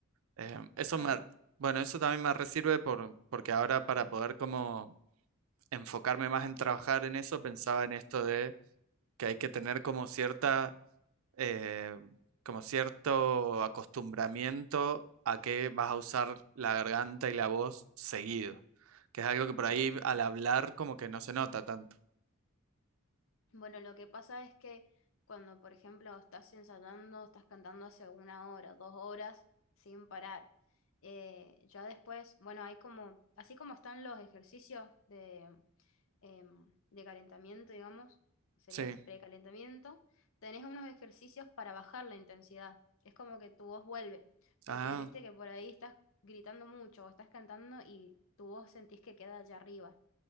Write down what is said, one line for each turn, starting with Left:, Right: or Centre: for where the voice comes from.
Right: Eh, eso
Left: Claro,
Right: me, bueno, eso también me resirve por, porque ahora para poder como enfocarme más en trabajar en eso, pensaba en esto de que hay que tener como cierta, eh, como cierto acostumbramiento a que vas a usar la garganta y la voz seguido, que es algo que por
Left: claro,
Right: ahí
Left: sí,
Right: al
Left: sí.
Right: hablar como que no se nota tanto.
Left: Bueno, lo que pasa es que cuando, por ejemplo, estás ensayando, estás cantando hace una hora, dos horas, sin parar, eh, ya después, bueno, hay como, así como están los ejercicios de, em, de calentamiento, digamos, sería
Right: Sí.
Left: precalentamiento, tenés unos ejercicios para bajar la intensidad. Es como que tu voz vuelve, porque
Right: Ah,
Left: viste que por ahí estás gritando mucho o estás cantando y tu voz sentís que queda allá arriba.